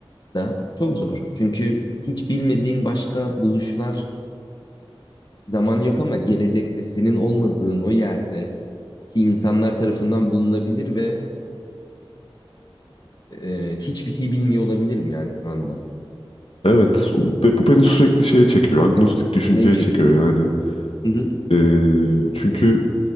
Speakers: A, on the left; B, on the left.
A: da çok zor. Çünkü hiç bilmediğin başka buluşlar zaman yok ama gelecekte senin olmadığın o yerde ki insanlar tarafından bulunabilir ve e, hiçbir şey bilmiyor olabilirim yani şu anda.
B: evet o- ve bu beni sürekli şeye çekiyor. Agnostik düşünceye
A: Neye çekiyor?
B: çekiyor yani.
A: Hı hı.
B: Ee, çünkü